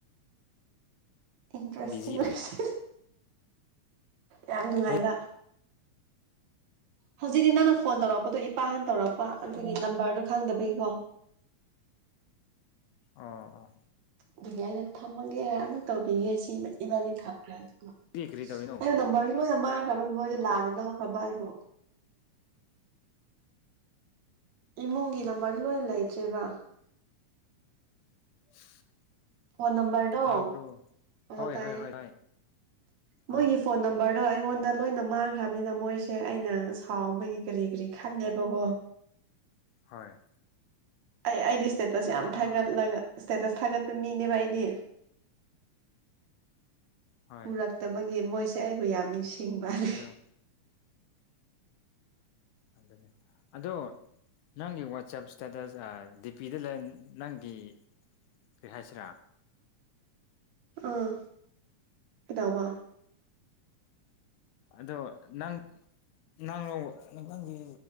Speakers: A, on the right; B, on the left.
A: ꯏꯟꯇꯔꯦꯁꯇꯤꯡ
B: ꯕꯤꯖꯤ
A: ꯂꯁ
B: ꯑꯣꯏ
A: ꯌꯥꯝ ꯅꯨꯡꯉꯥꯏꯕ
B: ꯍꯧꯖꯤꯛꯔꯣ
A: ꯍꯧꯖꯤꯛꯇꯤ ꯅꯪꯅ ꯐꯣꯟ ꯇꯧꯔꯛꯄꯗꯣ ꯏꯄꯥ ꯍꯥꯟ ꯇꯧꯔꯛꯄ ꯑꯗꯨꯒꯤ ꯅꯝꯕꯔꯗꯣ ꯈꯪꯗꯕꯒꯤꯀꯣ
B: ꯑꯣ ꯑꯣ
A: ꯑꯗꯨꯒꯤ ꯑꯩꯅ ꯊꯝꯃꯒꯦ ꯑꯃ ꯇꯧꯕꯤꯒꯦ ꯁꯤꯃ ꯏꯃꯗꯤ ꯊꯝꯈ꯭ꯔꯁꯦ
B: ꯀꯔꯤ ꯀꯔꯤ ꯇꯧꯔꯤꯅꯣ
A: ꯑꯩ ꯅꯝꯕꯔꯁ ꯂꯣꯏꯅ ꯃꯥꯡꯈ꯭ꯔꯕ ꯃꯣꯏꯗꯤ ꯂꯥꯟꯅ ꯂꯧꯈ꯭ꯔꯕ ꯑꯩꯕꯨ ꯏꯃꯨꯡꯒꯤ ꯅꯝꯕꯔꯖꯨ ꯂꯣꯏꯅ ꯂꯩꯇ꯭ꯔꯦꯕ
B: <unintelligible>
A: ꯐꯣꯟ ꯅꯝꯕꯔꯗꯣ
B: ꯇꯥꯕ꯭ꯔꯣ
A: ꯑꯣ
B: ꯍꯣꯏ
A: ꯇꯥꯏꯌꯦ
B: ꯍꯣꯏ ꯍꯣꯏ
A: ꯃꯣꯏꯒꯤ
B: ꯑꯥ
A: ꯐꯣꯟ ꯅꯝꯕꯔ ꯑꯗꯣ ꯑꯩꯉꯣꯟꯗ ꯂꯣꯏꯅ ꯃꯥꯡꯈ꯭ꯔꯕꯅꯤꯅ ꯃꯣꯏꯁꯦ ꯑꯩꯅ ꯁꯥꯎꯕꯒꯤ ꯀꯔꯤ ꯀꯔꯤ ꯈꯜꯂꯦꯕꯀꯣ
B: ꯍꯣꯏ
A: ꯑꯩ ꯑꯩꯗꯤ ꯏꯁꯇꯦꯇꯁ ꯌꯥꯝ
B: ꯑꯥ
A: ꯊꯥꯒꯠꯂꯒ ꯏꯁꯇꯦꯇꯁ ꯊꯥꯒꯠꯄ ꯃꯤꯅꯦꯕ ꯑꯩꯗꯤ
B: ꯍꯣꯏ
A: ꯎꯔꯛꯇꯕꯩ ꯒꯤ ꯃꯣꯏꯁꯦ ꯑꯩꯕꯨ ꯌꯥꯝ ꯅꯤꯡꯁꯤꯡꯕꯅꯦ
B: ꯑꯗꯣ ꯑꯗꯨꯅꯦ ꯑꯗꯣ ꯅꯪꯒꯤ ꯋꯥꯆꯦꯞ ꯏꯁꯇꯦꯇꯁ ꯑꯥ ꯗꯤꯄꯤꯗ ꯂꯟ ꯅꯪꯒꯤ ꯀꯔꯤ ꯍꯥꯏꯁꯤꯔ
A: ꯑꯥ ꯀꯗꯧꯕ
B: ꯑꯗꯣ ꯅꯪ ꯅꯪ ꯔꯣ ꯅꯪꯒꯤ